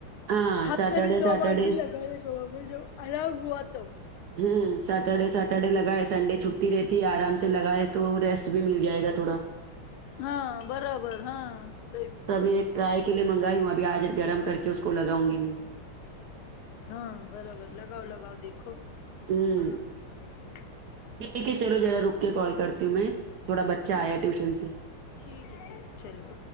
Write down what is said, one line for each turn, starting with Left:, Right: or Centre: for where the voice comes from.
Right: ہاں
Left: ہفتے
Right: سیٹرڈے
Left: میں دو
Right: سیٹرڈے
Left: بار بھی لگانے کا بابا جب آرام ہوا تو
Right: امم سیٹرڈے سیٹرڈے لگائے سنڈے چھٹی رہتی ہے آرام سے لگائے تو ریسٹ بھی مل جائے گا تھوڑا
Left: ہاں برابر ہاں صحیح بی
Right: تو ابھی ایک ٹرائی کے لیےمنگائی ہوں ابھی آج گرم کر کے اس کو لگاو گی میں
Left: ہاں برابر لگاؤ لگاؤ دیکھو
Right: ہوں
Left: آرام ملتا ہے اس سے
Right: ٹھیک ہے چلو ذرا رک کے کال کرتی ہوں میں تھوڑا بچہ
Left: ٹھیک
Right: آیا
Left: ہے
Right: ٹیوشن سے
Left: ٹھیک ہے ٹھیک ہے چلو